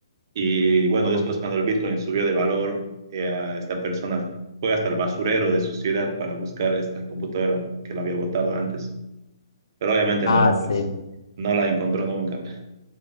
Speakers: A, on the right; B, on the left.
A: Y bueno,
B: Uf.
A: después cuando el Bitcoin subió de valor, eh, esta persona fue hasta el basurero de su ciudad para buscar esta computadora que la había botado antes. Pero obviamente
B: Ah,
A: no,
B: sí.
A: pues no la encontró nunca. güey.